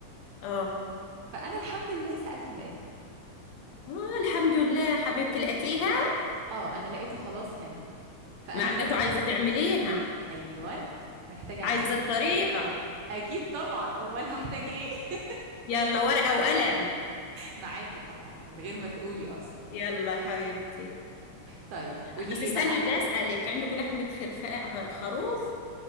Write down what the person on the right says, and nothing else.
فأنا الحمد لله سألت ولقيتها
اه انا لقيته خلاص هنا فأنا
كده
ايوه محتاجة
اعملها
اكيد طبعا امال هحتاج ايه <laughs>
معاكي طبعًا، من غير ما تقولي أصلًا.
طيب قولي
لي
بقى